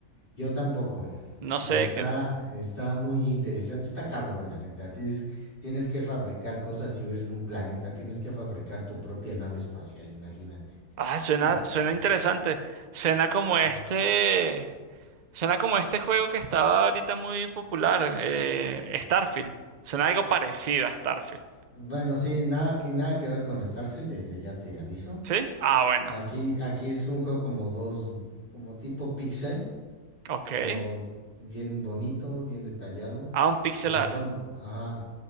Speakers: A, on the left; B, on the right.
A: Yo tampoco.
B: No
A: Y
B: sé
A: está,
B: qué.
A: está muy interesante. Está cabrón, la neta. Tienes, tienes que fabricar cosas y huir de un planeta. Tienes que fabricar tu propia nave espacial, imagínate.
B: Ah, suena,
A: No
B: suena
A: manches.
B: interesante. Suena como
A: Eh,
B: este, suena como este juego que estaba ahorita muy popular, eh, Starfield. Suena algo parecido a Starfield.
A: Bueno, sí, nada, que- nada que ver con Starfield, desde ya te aviso.
B: ¿Sí? Ah, bueno,
A: Aquí, aquí es un juego como dos, como tipo pixel,
B: ok.
A: pero bien bonito, bien detallado.
B: Ah, un pixelar.
A: Se supone, ajá,